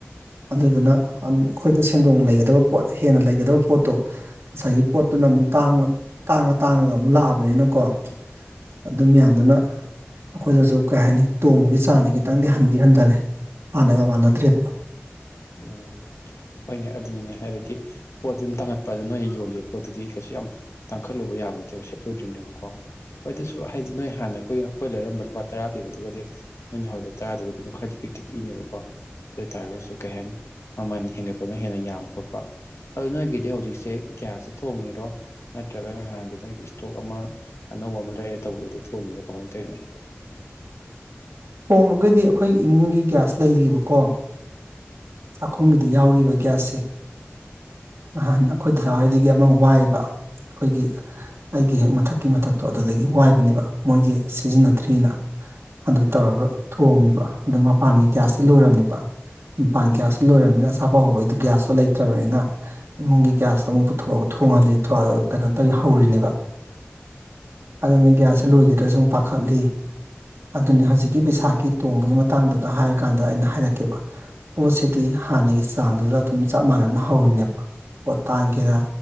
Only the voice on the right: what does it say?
ꯑꯗꯨꯗꯨꯅ ꯑꯩꯈꯣꯏꯗ ꯁꯦꯟꯗꯣꯡ ꯂꯩꯒꯗꯕ ꯄꯣꯠ ꯍꯦꯟꯅ ꯂꯩꯒꯗꯕ ꯄꯣꯠꯇꯣ ꯉꯁꯥꯏꯒꯤ ꯄꯣꯠꯇꯨꯅ ꯑꯃꯨꯛ ꯇꯥꯡꯉ ꯇꯥꯡꯉ ꯇꯥꯡꯉꯒ ꯑꯃꯨꯛ ꯂꯥꯛꯑꯕꯅꯤꯅꯀꯣ ꯑꯗꯨꯝ ꯌꯥꯟꯗꯨꯅ ꯑꯩꯈꯣꯏꯗꯁꯨ ꯀꯩ ꯍꯥꯏꯅꯤ ꯇꯣꯡꯕꯒꯤ ꯆꯥꯡꯗꯤ ꯈꯤꯇꯪꯗꯤ ꯍꯟꯗꯤ ꯍꯟꯊꯔꯦ ꯍꯥꯟꯅꯒ ꯃꯥꯟꯅꯗ꯭ꯔꯦꯕ
ꯊꯣꯡꯃꯒꯗꯤ ꯑꯩꯈꯣꯏ ꯏꯃꯨꯡꯒꯤ ꯒ꯭ꯌꯥꯁ ꯂꯩꯔꯤꯕꯀꯣ ꯆꯥꯛꯈꯨꯝꯒꯤꯗ ꯌꯥꯎꯔꯤꯕ ꯒ꯭ꯌꯥꯁꯁꯦ ꯅꯍꯥꯟ ꯑꯩꯈꯣꯏꯗꯗꯋꯥꯏꯗꯒꯤ ꯑꯃ ꯋꯥꯏꯑꯕ ꯑꯩꯈꯣꯏꯒꯤ ꯑꯩꯒꯤ ꯍꯦꯛ ꯃꯊꯛꯀꯤ ꯃꯊꯛꯇꯣ ꯑꯗꯨꯗꯒꯤ ꯋꯥꯏꯕꯅꯦꯕ ꯃꯣꯏꯒꯤ ꯁꯤꯖꯤꯟꯅꯗ꯭ꯔꯤꯑꯅ ꯑꯗꯨ ꯇꯧꯔꯒ ꯊꯣꯡꯉꯤꯕ ꯑꯗꯨ ꯃꯄꯥꯟꯒꯤ ꯒ꯭ꯌꯥꯁꯁꯤꯦ ꯂꯣꯏꯔꯝꯅꯦꯕ ꯃꯄꯥꯟ ꯒ꯭ꯌꯥꯁꯁꯨ ꯂꯣꯏꯔꯕꯅꯤꯅ ꯑꯁꯥꯄ ꯍꯧꯕꯩꯗꯤ ꯒ꯭ꯌꯥꯁꯇꯣ ꯂꯩꯇ꯭ꯔꯕꯅꯤꯅ ꯏꯃꯨꯡꯒꯤ ꯭ꯌꯥꯁꯇ ꯑꯃꯨꯛ ꯄꯨꯊꯣꯛꯑꯒ ꯊꯣꯡꯍꯜꯂꯤ ꯀꯩꯅꯣ ꯇꯧꯔꯤꯅ ꯍꯧꯔꯤꯅꯦꯕ ꯑꯗꯨꯅ ꯒ꯭ꯌꯥꯁꯁꯦ ꯂꯣꯏꯈꯤꯗ꯭ꯔꯁꯨ ꯁꯨꯝ ꯄꯥꯈꯠꯂꯤ ꯑꯗꯨꯅꯤ ꯍꯧꯖꯤꯛꯀꯤ ꯄꯩꯁꯥꯒꯤ ꯇꯣꯡꯕꯒꯤ ꯃꯇꯥꯡꯗꯨꯗ ꯍꯥꯏꯔꯀꯥꯟꯗ ꯑꯩꯅ ꯍꯥꯏꯔꯛꯀꯦꯕ ꯄꯣꯠꯁꯤꯗꯤ ꯍꯥꯟꯅꯒꯤ ꯆꯥꯡꯗꯨꯗ ꯑꯗꯨꯝ ꯆꯞ ꯃꯥꯟꯅꯅ ꯍꯧꯔꯤꯅꯦꯕ ꯄꯣꯠ ꯇꯥꯡꯒꯦꯔꯥ